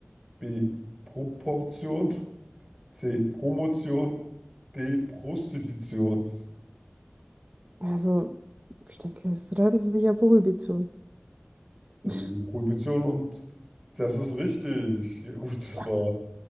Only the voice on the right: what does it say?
Also, ich denke, es ist relativ sicher Prohibition.
<laughs>
Ja.